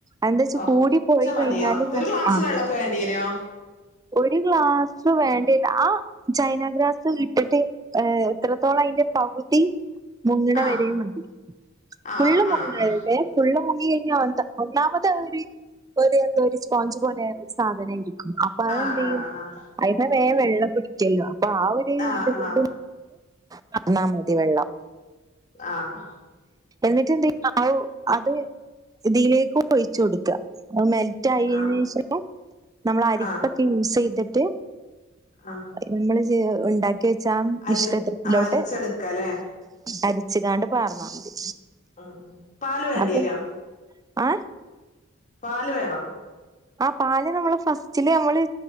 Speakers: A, on the right; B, on the left.
A: എന്താച്ച
B: കൊറച്ച്
A: കൂടി പോയി
B: മതിയോ
A: കഴിഞ്ഞാല്
B: ഒരു
A: ന്നഷ്ട്ടാ
B: ഗ്ലാസ് വെള്ളൊക്കെ വേണ്ടി വരോ
A: ഒരു ഗ്ലാസ് വേണ്ടേര്ല അഹ് ചൈനാഗ്രാസ് ഇട്ടിട്ട് എത്രത്തോളം അതിന്റെ പകുതി മുങ്ങ്ണെ
B: ആഹ്
A: വരെയും മതി
B: ആഹ്
A: ഫുള്ള് മുങ്ങര്തെ
B: ആഹ്
A: ഫുള്ള് മുങ്ങി കഴിഞ്ഞാ എന്താ ഒന്നാമത് ഒര് ഒര് എന്തോര് സ്പോഞ്ച് പോലെര്ന്ന സാധനായി അപ്പൊ
B: ആഹ്
A: അതെന്തിയ്യും
B: ആഹ് ആഹ്
A: ഐ മ്മേ വേം വെള്ളം പിടിക്കല്ലോ അപ്പ ആ ഒരു
B: ആഹ്
A: ഇത് കൊണ്ട് പാർന്നാ മതി വെള്ളം
B: ആഹ്
A: എന്നിട്ട് എന്തെ ആഹ് അവു അത് ഇതിലേക്ക് ഒഴിച്ചു കൊടുക്ക അത് മെൽ റ്റായേനേഷം
B: ആഹ്
A: നമ്മൾ അരിപ്പ
B: ആഹ് ആഹ്
A: ത്തിൻസീത്ട്ട്
B: ആഹ്
A: നമ്മള് ജെ ഉണ്ടാക്കി വെച്ച ആമിശ്രിതത്തിലോട്ട്
B: അരി ആഹ് അരിച്ചെടുക്കല്ലേ
A: അരച്ച്ങ്ങാണ്ട് പാർന്നാ മതി
B: അഹ് പാല് വേണ്ടിര്യോ
A: അപ്പൊ ആ
B: പാല് വേണോ
A: ആഹ് പാല് നമ്മള് ഫസ്റ്റില് നമ്മള്